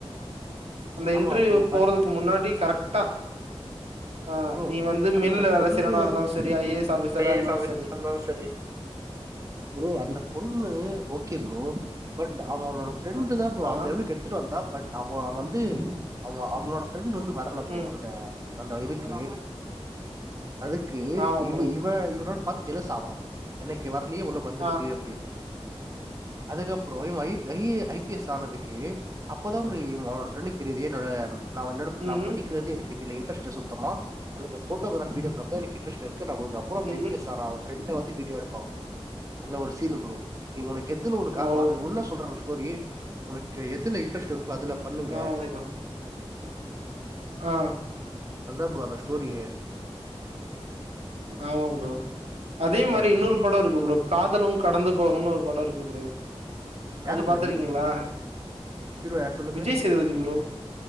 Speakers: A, on the right; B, on the right.
A: அந்த
B: ஆமா
A: இன்டர்வியூ
B: ப்ரோ பட்
A: போறதுக்கு முன்னாடி கரெக்டா ஆ
B: ப்ரோ
A: நீ வந்து
B: அந்த
A: மில்ல வேல
B: பொண்ணு
A: செய்றவனா இருந்தாலு
B: <unintelligible>
A: சரி ஐ ஏ எஸ் ஆஃபிசரா இருந்தாலு சரி
B: ப்ரோ அந்த பொண்ணு ஓகே ப்ரோ பட் அவனோட ஃப்ரெண்ட்
A: ஆ
B: தா ப்ரோ
A: ஆ
B: அந்த அளவுக்கு எடுத்துட்டு வந்தா பட் அவோ வந்து அவ அவனோடே ஃப்ரெண்ட் வந்து வரல ப்ரோ
A: ம்
B: அந்த அந்த இதுக்கு அதுக் கு
A: ஆமா
B: இவ
A: ப்ரோ
B: இவ இவனோட பாத்து பாத்து ஜெலஸ் ஆவான் எனனைக்கு வரலயே உனக்கு வந்துருக்க
A: ஆ
B: அப்டின்னு அதுக்கப்பறம் இவன் I P I A I P S ஆனதுக்கு அப்பதா ப்ரோ இவன் அவனோட ஃரெண்டக்கு தெரிது என்னோட நா என்னோட
A: ம்
B: நா படிக்கறது எனக்கு இதுல இன்ட்ரெஸ்ல்ல சுத் தமா எனக்கு போட்டோகிராஃப் வீடியோகிராஃப் தா எனக்கு இன்ரஸ்ட் இருக்குன்ன போது அப்பறம்
A: ம்
B: ஐ பி எஸ் ஆன அவன் ஃப்ரெண்ட் வந்து வீடியோ எடுப்பான் இப்போ அந்த ஒரு சீனு ப்ரோ நீ உனக்கு எத்தன ஒரு காரணம்
A: ஓ
B: அதுல ஒண்ணா சொல்றங்க ஸ்டோரி உனக்கு எதுல இன்ட்ரஸ்ட் இருக்கோ அதுல பண்ணுங்க
A: ஆ ஓகே தா ஆ
B: அதா ப்ரோ அந்த ஸ்டோரியே
A: ஆமா ப்ரோ அதே
B: அதான்
A: மாரி இன்னொரு
B: ப்ரோ
A: பட இருக்கு ப்ரோ காதலும் கடந்து போகும்னு ஒரு படம் இருக்கு ப்ரோ
B: யாரு
A: அது
B: ப்ரோ
A: பாத்ருக்கீங்களா
B: ஹீரோ ஹீரோ யார் சொல்லுங்க
A: விஜய் சேதுபதி ப்ரோ